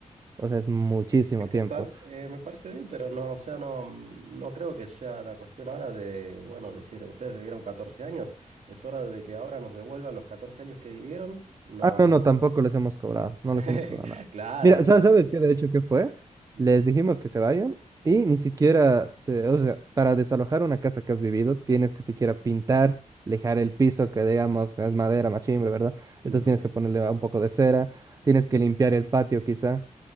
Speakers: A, on the right; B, on the right.
A: o sea, es muchísimo
B: Es que
A: tiempo.
B: está, eh, me parece bien, pero no, o sea, no, mm, no creo que sea la cuestión ahora de, bueno, decir, ustedes vivieron 14 años, es hora de que ahora nos devuelvan los 14 años que vivieron. No,
A: Ah, no, no, tampoco les hemos cobrado, no
B: <laughs>
A: les hemos cobrado nada.
B: claro,
A: Mira,
B: o sea,
A: sa- ¿sabes qué? De hecho, ¿qué fue?
B: mm,
A: Les dijimos que se vayan y
B: sí,
A: ni siquiera, se, o sea, para desalojar una casa que has vivido, tienes que siquiera pintar, lijar el piso, que digamos es madera, machimbre, ¿verdad?
B: ujú,
A: Entonces tienes que ponerle un poco de cera, tienes que limpiar el patio quizá.